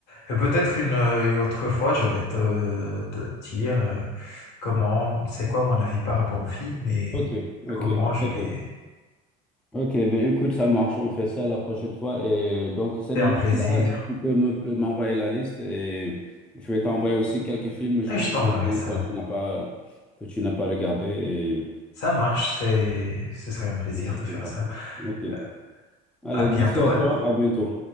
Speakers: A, on the left; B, in the centre.
A: et peut-être une, euh, une autre fois, je vais te, te dire euh, comment, c'est quoi mon avis par rapport au film et
B: Ok, ok,
A: comment je
B: très
A: l'ai.
B: bien. Ok, ben écoute, ça marche, on fait ça la prochaine fois. Et donc, cette
A: C'est
B: liste-là,
A: un plaisir
B: si tu peux me- peux m'envoyer la liste et je vais t'envoyer aussi quelques films, je
A: et
B: pense,
A: je t'enverrai
B: que, dont
A: ça.
B: toi, tu n'as pas, que tu n'as pas regardé. Et...
A: Ça marche, c'est, ce serait un plaisir
B: Mais c'est
A: de faire
B: tout, par
A: ça.
B: contre. Ok,
A: Euh,
B: allez,
A: À bientôt
B: merci à
A: alors.
B: toi, à bientôt.